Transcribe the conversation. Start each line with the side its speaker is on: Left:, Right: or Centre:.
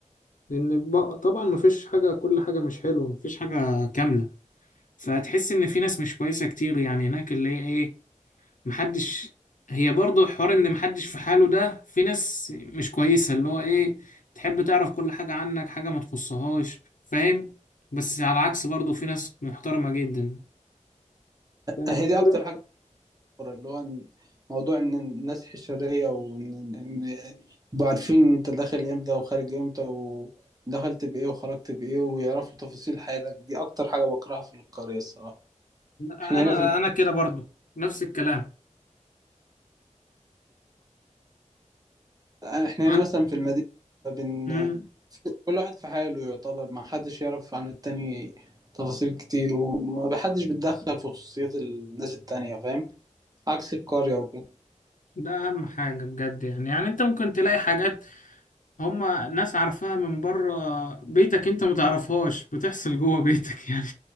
Left: لأن بق- طبعا مفيش حاجة كل حاجة مش حلوة مفيش حاجة كاملة فتحس إن في ناس مش كويسة كتير يعني هناك اللي هي إيه محدش هي برضه حوار ان محدش في حاله ده في ناس مش كويسة اللي هو ايه تحب تعرف كل حاجة عنك حاجة ما تخصهاش فاهم بس على العكس برضه في ناس محترمة جدا فاهم
Right: هي دي
Left: الفكرة؟
Right: أكتر حاجة بتضر، اللي هو إن- موضوع إن الناس حشرية وإن إن يبقوا عارفين أنت داخل إمتى وخارج إمتى ودخلت بإيه وخرجت بإيه ويعرفوا تفاصيل حياتك دي أكتر حاجة بكرهها في القرية الصراحة
Left: انا
Right: إحنا هنا في
Left: انا كده برضه نفس الكلام
Right: احنا
Left: عن
Right: هنا مثلا في المدينة بن...
Left: مم.
Right: كل واحد في حاله يعتبر ما حدش يعرف عن التاني تفاصيل كتير وما حدش بيتدخل في خصوصيات الناس التانية فاهم عكس القرية وكده
Left: ده اهم حاجة بجد يعني يعني انت ممكن تلاقي حاجات هما ناس عارفاها من بره بيتك انت متعرفهاش بتحصل جوه بيتك يعني